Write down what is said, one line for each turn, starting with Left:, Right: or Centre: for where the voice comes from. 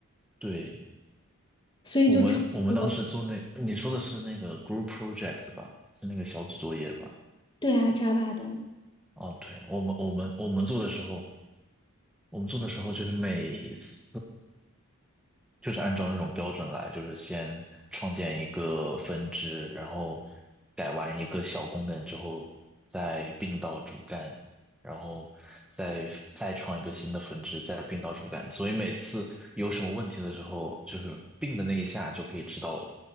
Centre: 对，
Left: 所以就差不多的
Centre: 我们我们当时做那，你说的是那个 group project 吧？是那个小组作业吧？
Left: 对啊，Java 的。
Centre: 哦，对，我们我们我们做的时候，我们做的时候就是每次就是按照那种标准来，就是先创建一个分支，然后改完一个小功能之后，再并到主干，然后再再创一个新的分支，再并到主干。所以每次有什么问题的时候，就是并的那一下就可以知道了。